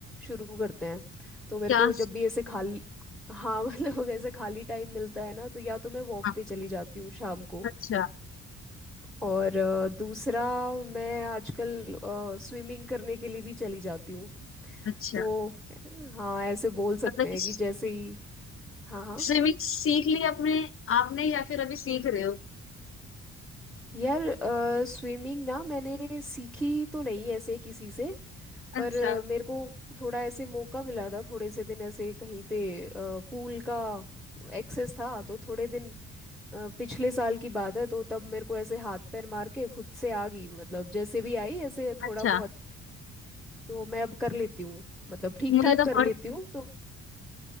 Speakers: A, in the centre; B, on the left (about 45°).
A: शुरू करते हैं तो मेरे
B: क्या
A: को जब भी ऐसे खाली हाँ <laughs> मतलब ऐसे खाली टाइम मिलता है ना तो या तो मैं वॉक
B: हाँ,
A: पे चली जाती हूँ शाम को
B: अच्छा
A: और अ, दूसरा मैं आजकल स्विमिंग करने के लिए भी चली जाती हूँ
B: अच्छा
A: तो हाँ ऐसे बोल सकते
B: मतलब कि
A: हैं कि जैसे ही हाँ हाँ
B: स्विमिंग सीख ली अपने आपने या फिर अभी सीख रहे हो
A: यार स्विमिंग ना मैंने सीखी तो नहीं ऐसे किसी से
B: अच्छा
A: पर अ, मेरे को थोड़ा ऐसे मौका मिला था थोड़े से दिन ऐसे कहीं पे पूल का एक्सेस था तो थोड़े दिन अ, पिछले साल की बात है तो तब मेरे को ऐसे हाथ पैर मार के खुद से आ गई मतलब जैसे भी आई ऐसे थोड़ा
B: अच्छा
A: बहुत तो मैं अब कर लेती हूँ मतलब ठीक
B: मुझे
A: ठाक
B: तो
A: कर
B: बहुत
A: लेती हूँ तो